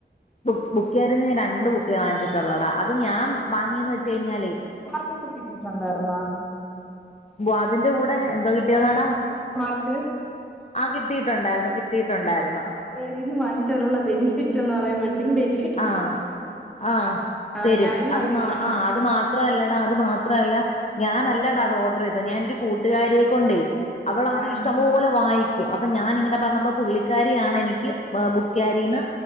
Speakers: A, on the left; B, in the centre.
A: ബു ബുക്യാരിന്നു ഞാൻ രണ്ട് ബുക്കേ വാങ്ങിച്ചി ടൊള്ളടാ. അത് ഞാൻ വാങ്ങിന്ന് വെച്ചഴിഞ്ഞാലേ,
B: മാർക്കൊക്കെ കിട്ടിയിട്ടുണ്ടായിരുന്നോ?
A: വാതിന്റെ കൂടെ എന്തോ കിട്ടിയോ ന്നാടാ,
B: ബുക്ക് മാർക്ക്.
A: ആഹ് കിട്ടിട്ടുണ്ടായിരുന്നു. കിട്ടിട്ടുണ്ടായിരുന്നു.
B: ക്യാരിൽന്ന് വാങ്ങിച്ചാലുള്ള ബെനിഫിറ്റ്‌ എന്ന് പറയുമ്പോഴത്തിം ബെന
A: ആഹ് ആഹ്
B: ആഹ്
A: തരും.
B: ഞാനും
A: അത്
B: അതിന്നാണ്
A: ആ അത് മാ ത്രല്ലടാ അത് മാത്രല്ല. ഞാനല്ലടാ അത് ഓർഡർ ചെയ്തെ. ഞാനൊരു കൂട്ടുകാരിയെ കൊണ്ടേ, അവളാണ്
B: ആഹ്
A: ഇഷ്ടം പോലെ വായിക്കും. അപ്പൊ ഞാന്ങ്ങനെ പറഞ്ഞപ്പോ പുള്ളിക്കാരി ആണ് എനിക്ക് ബുക്യാരിന്ന്,